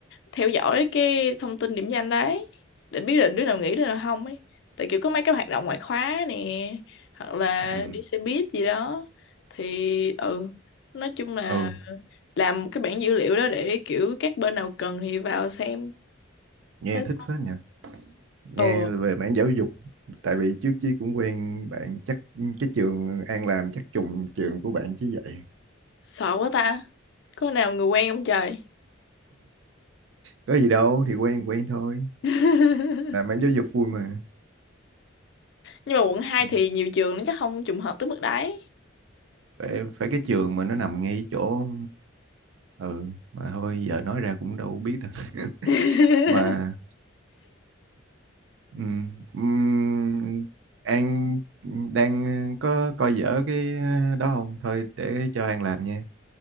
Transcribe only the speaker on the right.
ừ,
ừ
nghe
thích phết nhỉ nghe
về mảng giáo dục tại vì trước chí cũng quen bạn chắc cái trường An làm chắc trùng trường của bạn chứ vậy
có gì đâu thì quen quen thôi
làm mảng giáo dục vui mà
Ừ.
phải, phải cái trường mà nó nằm ngay chỗ ừ mà thôi giờ nói ra cũng đâu biết đâu <laughs>
mà ừm, ừm, An đang có coi dở cái đó không thôi để cho An làm nha